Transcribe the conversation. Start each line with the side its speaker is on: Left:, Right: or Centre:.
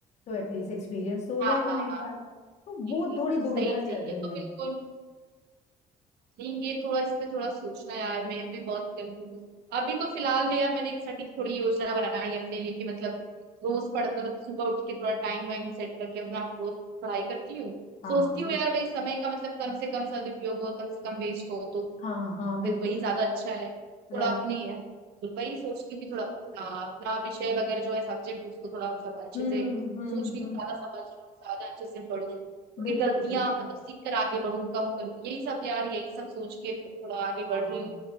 Left: तो एटलीस्ट एक्सपीरियंस तो हो
Right: हाँ
Left: जाएगा
Right: हाँ
Left: मेरे
Right: हाँ
Left: पास तो
Right: ये-
Left: वो
Right: ये
Left: थोड़ी
Right: सही
Left: दुविधा
Right: सही
Left: चल
Right: है
Left: रही
Right: तो
Left: है
Right: बिल्कुल नहीं ये थोड़ा इस पे थोड़ा सोचना यार मैं भी बहुत कंफ्यूज हूँ अभी तो फिलहाल में यार मैंने एक सटीक थोड़ी योजना बनाई है अपने लिए कि मतलब रोज पढ़ मतलब सुबह उठ के थोड़ा टाइम वाइम सेट करके अपना रोज पढ़ाई करती हूँ
Left: हाँ
Right: सोचती हूँ
Left: ये
Right: यार भाई समय का मतलब कम से कम सदुपयोग हो कम से कम वेस्ट हो तो
Left: हाँ हाँ बिल्कुल
Right: फिर वही ज्यादा अच्छा है थोड़ा
Left: राइट
Right: अपनी है तो वही सोचती हूँ कि थोड़ा अपना अपना विषय वगैरह जो है सब्जेक्ट उसको थोड़ा मतलब अच्छे
Left: हम्म
Right: से
Left: हम्म
Right: सोच रही
Left: हम्म
Right: हूँ ज्यादा समझ रही हूँ ज्यादा अच्छे से पढ़ूँ थोड़ी
Left: बिल्कुल
Right: गलतियां
Left: बिल्कुल
Right: मतलब सीख कर आगे बढ़ूँ कम करूँ यही सब यार यही सब सोच के थोड़ा आगे
Left: हाँ
Right: बढ़ रही हूँ